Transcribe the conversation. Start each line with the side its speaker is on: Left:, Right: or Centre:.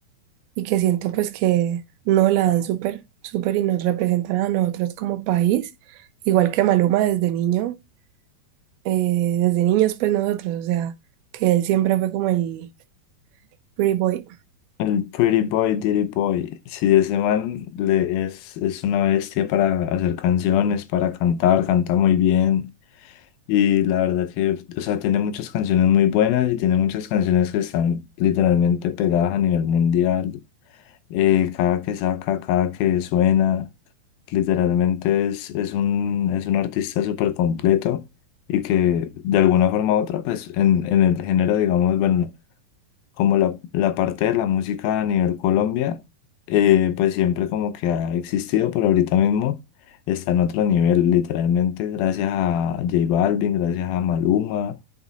Right: y que siento pues que no la dan súper, súper y nos representan a nosotros como país, igual que Maluma desde niño, eh, desde niños pues nosotros, o sea, que él siempre fue como el pretty boy.
Left: El Pretty Boy, Dirty Boy. Sí, ese man le es, es una bestia para hacer canciones, para cantar, canta muy bien. Y la verdad que, o sea, tiene muchas canciones muy buenas y tiene muchas canciones que están literalmente pegadas a nivel mundial. Eh, cada que saca, cada que suena, literalmente es, es un, es un artista súper completo y que de alguna forma u otra, pues en, en el género, digamos, bueno, como la, la parte de la música a nivel Colombia, eh, pues siempre como que ha existido, pero ahorita mismo está en otro nivel, literalmente gracias a J Balvin, gracias a Maluma,